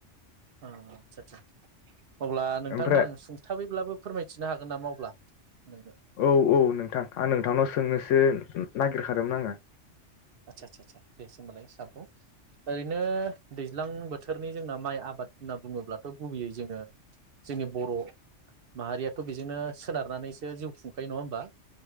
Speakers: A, on the right; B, on the left.
A: ओ आदसा आसा अब्ला नोंथांनो
B: ओमफ्राय
A: आं सुंथाबैब्लाबो फोरमायथिनो हागोन नामा? अब्ला नोंनो
B: औ औ नोंथां। आं नोंथांनाव सोंनोसो नागिरखादोंमोन आङो।
A: आदसा आसा आ दे सों होनबालाय साबगौ ओरैनो दैज्लां बोथोरनि जोंना माइ आबाद होनना बुङोब्लाथ' गुबैयै जोङो जोंनि बर' माहारियाथ' बेजोंनो सोनारनानैसो जिउ खुंखायो नङा होमबा?